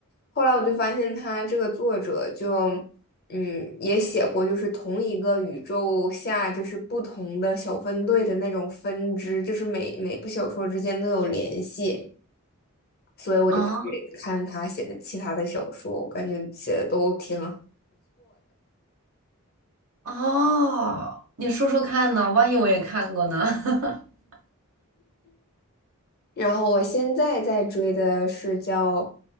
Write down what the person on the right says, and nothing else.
啊
哦，你说说看呢？万一我也看过呢？<laughs>